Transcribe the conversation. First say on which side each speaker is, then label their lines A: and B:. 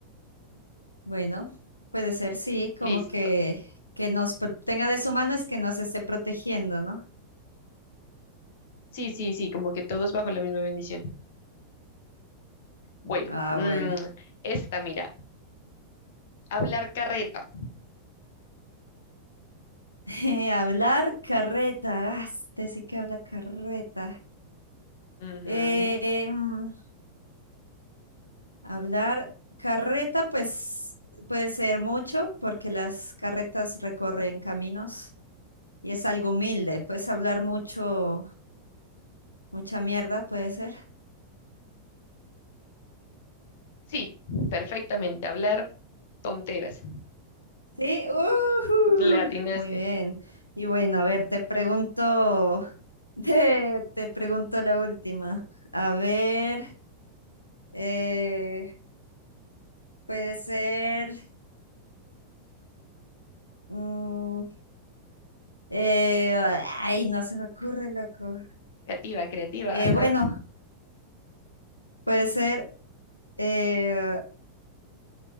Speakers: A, on the left; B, on the left.
A: Bueno, puede ser, sí, como
B: Listo.
A: que, que nos pro- tenga de su mano es que nos esté protegiendo, ¿no?
B: Sí, sí, sí, como que todos bajo la misma bendición. Bueno,
A: Ah,
B: mm,
A: bueno. <laughs>
B: esta, mira, hablar carreta.
A: Eh, hablar carreta. Ah, este sí que habla carreta.
B: Ujú.
A: Eh, mm, hablar carreta, pues puede ser mucho porque las carretas recorren caminos y es algo humilde. Puedes hablar mucho, mucha mierda, puede ser.
B: Sí, perfectamente, hablar tonteras.
A: Sí, ujú,
B: Le atinaste.
A: Muy bien. Y bueno, a ver, te pregunto, <laughs> te, te pregunto la última. A ver, eh, puede ser, mm, eh, ay, no se me ocurre, loco.
B: Creativa, creativa.
A: Eh,
B: <laughs>
A: bueno, puede ser, eh,